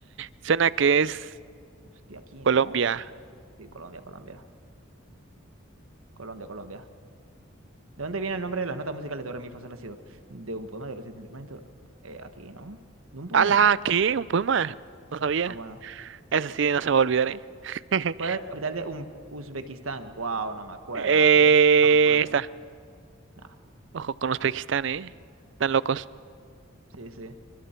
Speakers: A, on the right; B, on the right.
A: Suena que es
B: Hostia, aquí,
A: Colombia.
B: ¿no? Sí. Sí, Colombia, Colombia. Colombia, Colombia. ¿De dónde viene el nombre de las notas musicales de Do, re, mi, fa, sol, la, si, do? ¿De un poema de los siete instrumentos? Eh, aquí, ¿no? ¿De un poema?
A: ¡Hala! ¿Qué? ¿Un poema? No sabía.
B: Ah, bueno.
A: Eso sí, no se me va a olvidar, ¿eh? <laughs>
B: ¿Cuál es la capital de Um- Uzbekistán? Wow, no me acuerdo.
A: Eh,
B: De este no me acuerdo.
A: está.
B: Nah,
A: Ojo con Uzbekistán, ¿eh? Están locos.
B: sí, sí.